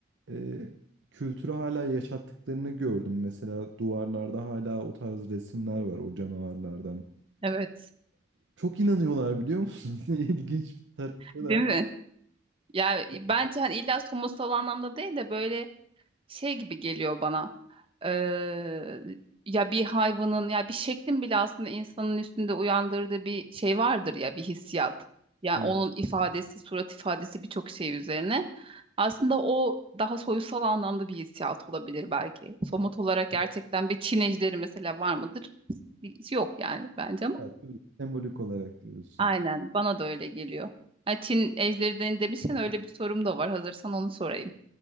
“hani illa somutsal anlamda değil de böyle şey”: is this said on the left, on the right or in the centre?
Right